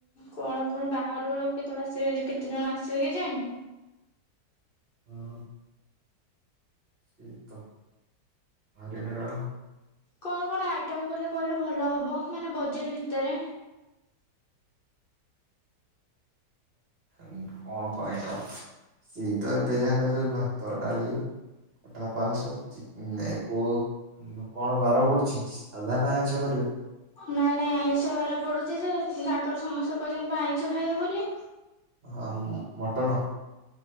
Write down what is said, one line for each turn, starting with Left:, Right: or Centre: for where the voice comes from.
Left: କଣ କଣ ବାହାଘର ବେଳକୁ କେତେବେଳେ ଆସିବେ କେତେ ଜଣ ଆସିବେ କେ ଜାଣି।
Right: ହଁ ସେଇ ତ ହାରି ହଇରାଣ।
Left: କଣ କଣ ଆଇଟମ କଲେ କହିଲେ ଭଲ ହବ ମାନେ ବଜେଟ ଭିତରେ।
Right: କଣ କଣ ଆଇଟମ ସେଇ ତ ଏବେ ଯାହା ଯାଉ ଭାତ ଡାଲି ଖଟା ପାସ ନାଇ କଉ କଣ ବାର ପଡୁଛି? ସାଧା ନା ଆଇଁଷ କରିବ?
Left: ନାଇଁ ନାଇଁ ଆଇଁଷ ବାରେ ପଡୁଛି ଯେ ତାଙ୍କର ସମସ୍ତେ କହିଛନ୍ତି ବା ଆଇଁଷ ଖାଇବେ ବୋଲି।
Right: ହଁ ମଟନ